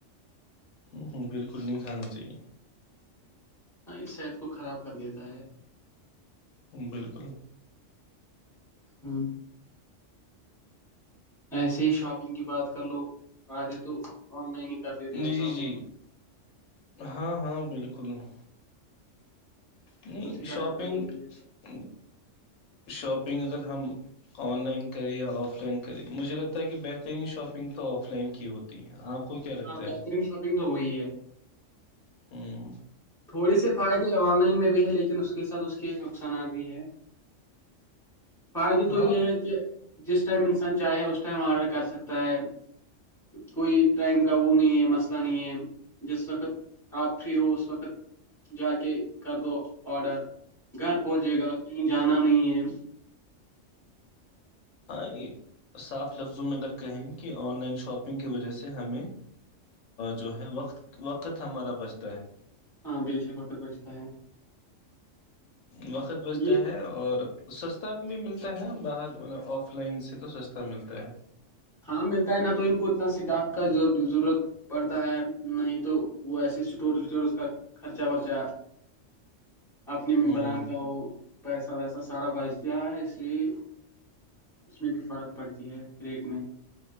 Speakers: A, on the left (about 80°); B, in the centre.
A: ہوں ہوں بالکل نہیں کھانا چاہیے
B: ہ اس صحت کو خراب کر دیتا ہے
A: بالکل
B: ہوں ایسے ہی شاپنگ کی بات کر لو آجے تو آن لائن ہی کر دیتے ہیں
A: جی
B: شاپنگ
A: جی جی ہاں ہاں بالکل اسکل نہیں
B: اسی ٹائپ
A: شاپنگ
B: کا یہ
A: شاپ
B: بھی ہے
A: شاپنگ اگر ہم آن لائن کریں یا آف لائن کریں مجھے لگتا ہے کہ بہترین شاپنگ تو آف لائن کی ہوتی ہے آپ کو کیا لگتا
B: ہاں
A: ہے
B: بہترین شاپنگ تو وہی ہے
A: ہوں
B: تھوڑے سے فائدے آن لائن میں بھی ہے لیکن اس کے ساتھ اس کے نقصانات بھی ہے فائدے تو
A: ہاں
B: یہ ہے کہ جس ٹائم انسان چاہے اس ٹائم آرڈر کر سکتا ہے کوئی ٹائم کا وہ نہیں ہے مسئلہ نہیں ہے جس وقت آپ فری ہو اس وقت جا کے کر دو آڈر گھر پہنچے گا کہیں جانا نہیں ہے
A: ہاں صاف لفظوں میں اگر کہیں کہ آن لائن شاپنگ کی وجہ سے ہمیں جو ہے وقت وقت ہمارا بچتا ہے
B: ہاں بے شک وقت بجتا ہے
A: وقت بجتا
B: یہ
A: ہے اور سستا بھی ملتا ہے باہر آف لائن سے تو سستا ملتا ہے
B: ہاں ملتا ہے نہ تو ان کو اتنا اسٹاف کا ضرورت پڑتا ہے نہیں تو وہ ایسے اسٹورس وٹورس کا خرچہ ورچہ اپنے ممبران
A: ہ
B: کا ہو پیسہ ویسا سارا بج دیا ہے اس لیے اس میں بھی فرق پڑتی ہے ریٹ میں